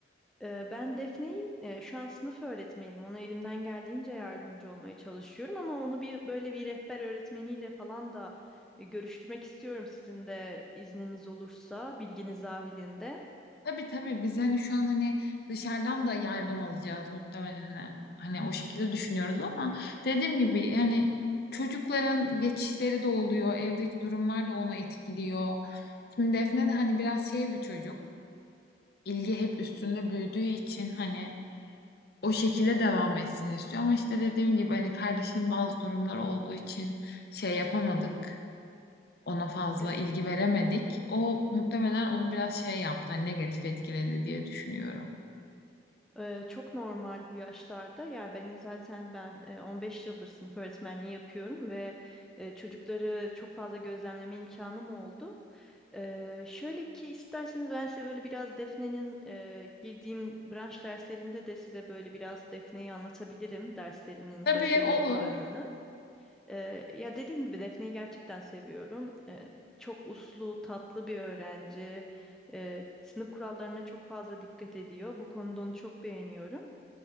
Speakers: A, in the centre; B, on the left (about 55°).
A: Ee, Ben Defne'yim. Ee, Şu an sınıf öğretmeniyim. Ona elimden geldiğince yardımcı olmaya çalışıyorum ama onu bir böyle bir rehber öğretmeniyle falan da e, görüştürmek istiyorum sizin de izniniz olursa, bilginiz dahilinde.
B: Tabii tabii biz hani şu an hani dışarıdan da yardım alacağız muhtemelen. Hani o şekilde düşünüyoruz ama dediğim gibi hani çocukların geçişleri de oluyor. Evdeki durumlar da onu etkiliyor. Şimdi Defne de hani biraz şey bir çocuk. İlgi hep üstünde büyüdüğü için hani o şekilde devam etsin istiyor. Ama işte dediğim gibi hani kardeşinin bazı durumları olduğu için şey yapamadık. Ona fazla
A: E,
B: ilgi veremedik. O muhtemelen onu biraz şey yaptı, hani negatif etkiledi diye düşünüyorum.
A: Ee, çok normal bu yaşlarda. Ya benim zaten ben e, 15 yıldır sınıf öğretmenliği yapıyorum ve e, çocukları çok fazla gözlemleme imkanım oldu. Ee, şöyle ki isterseniz ben size böyle biraz Defne'nin e, girdiğim branş derslerinde de size böyle biraz Defne'yi anlatabilirim, derslerinin
B: Tabii
A: başarı
B: olur.
A: oranını. Ee, ya dediğim gibi Defne'yi gerçekten seviyorum. Ee, çok uslu, tatlı bir öğrenci. Ee, sınıf kurallarına çok fazla dikkat ediyor. Bu konuda onu çok beğeniyorum.